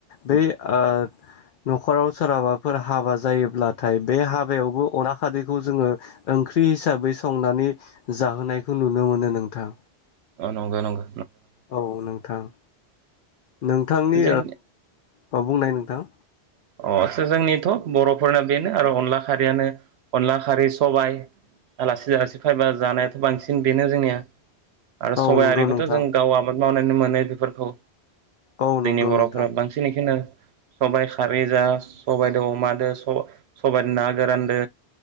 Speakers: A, on the left; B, on the right.
A: बै ओ न'खराव सोरहाबाफोर हाबा जायोब्लाथाय बे हाबायावबो अनला खारैखौ जोङो ओं ख्रि हिसाबै संनानै जाहोनायखौ नुनो मोनो नोंथां।
B: औ नंगो नंगो।
A: औ नोंथां। नोंथांनि
B: जों
A: औ बुंनाय नोंथां
B: अ जोंनिथ' बर'फोरना बेनो आरो अनला खारैयानो अनला खारै सबाय आलासि आलासि फैबा जानायाथ' बांसिन बेनो जोंनिया। आरो
A: औ
B: सबायारिखोथ'
A: नंगौ नोंथां
B: जों गाव आबाद मावनानै मोनो बेफोरखौ।
A: औ नंगौ
B: जोंनि बरफोरा
A: नोंथां
B: बांसिन एखायनो सबाय खारै जा सबायजों अमादो सबायदो ना गोरानदो